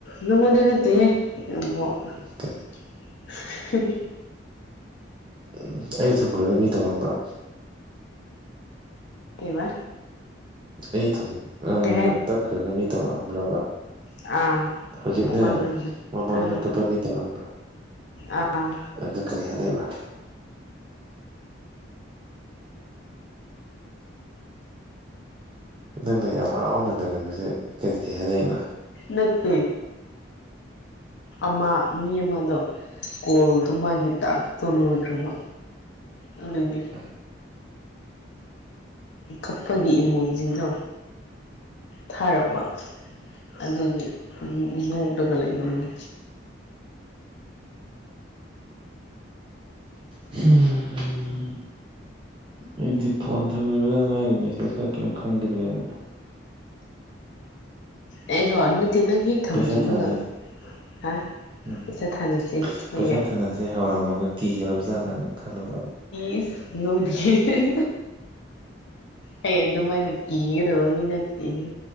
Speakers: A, on the left; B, on the right.
A: ꯅꯪꯉꯣꯟꯗ ꯅꯠꯇꯦꯍꯦ ꯅꯪꯕꯣ
B: ꯑꯣꯀꯦꯦ <unintelligible>
A: <unintelligible>
B: ꯎꯝ ꯑꯩ ꯊꯝꯈ꯭ꯔꯒ ꯃꯤ ꯇꯧꯔꯛꯑꯝꯕ꯭ꯔꯣ
A: ꯀꯕ
B: ꯑꯩ ꯊ
A: ꯀꯩ ꯍꯥꯏꯅꯣ
B: ꯇꯠꯈ꯭ꯔꯒ ꯃꯤ ꯇꯧꯔꯛꯑꯝꯕ꯭ꯔꯕ
A: ꯑꯥ
B: ꯍꯧꯖꯤꯛꯅꯦ
A: ꯑꯃ ꯉꯥꯡꯅ
B: ꯃꯃꯥꯡꯗ
A: ꯑꯥ
B: ꯑꯇꯣꯞꯄ ꯃꯤ ꯇꯧꯔꯝꯕ꯭ꯔꯥ
A: ꯑꯥ
B: ꯑꯗꯨ ꯀꯔꯤ ꯍꯥꯏꯕ ꯅꯪꯅ ꯌꯥꯝ ꯍꯔꯥꯎꯅ ꯂꯩꯔꯝꯃꯤꯁꯦ ꯀꯔꯤ ꯀꯔꯤ ꯍꯥꯏꯔꯛꯏꯅꯣ
A: ꯅꯠꯇꯦ ꯑꯃ ꯃꯤ ꯑꯃꯗꯣ ꯀꯣꯜꯗꯣ ꯃꯥꯒꯤ ꯇꯥꯛꯇꯣ ꯂꯣꯏꯈ꯭ꯔꯕ ꯑꯗꯨꯗꯤ
B: ꯎꯝ
A: ꯀꯞꯄꯒꯤ ꯏꯃꯣꯖꯤꯗꯣ ꯊꯥꯔꯛꯄ
B: ꯎꯝ
A: ꯑꯗꯨꯒꯤ ꯎꯝ ꯅꯣꯛꯔꯒ ꯂꯩꯕꯅꯤꯗ
B: ꯍꯝ ꯑꯩꯗꯤ ꯐꯣꯟ ꯊꯝꯈꯤꯕꯗ ꯉꯥꯏꯔꯤ ꯃꯦꯁꯦꯖ ꯀ ꯀꯔꯤꯝ ꯈꯪꯈꯤꯗ꯭ꯔꯦꯅ
A: ꯑꯩꯔꯣ ꯅꯠꯇꯦ ꯅꯪ ꯍꯦꯛ ꯊꯝꯈꯤꯕꯒ
B: ꯄꯩꯁꯥ ꯊꯥꯅꯁꯦ
A: ꯍꯥ
B: ꯎꯝ
A: ꯄꯩꯁꯥ ꯊꯥꯅꯁꯤ ꯍꯣꯏꯌꯦ
B: ꯄꯩꯁꯥ ꯊꯥꯅꯁꯦ ꯍꯧꯔꯝꯃꯒ ꯀꯤꯈ꯭ꯔꯕꯖꯥꯠꯂꯅ ꯈꯜꯂꯨꯔꯕ
A: ꯏꯁ ꯏ ꯑꯩ ꯑꯗꯨꯝꯃꯥꯏꯅ ꯀꯤꯒꯗꯕ ꯃꯤ ꯅꯠꯇꯦꯍꯦ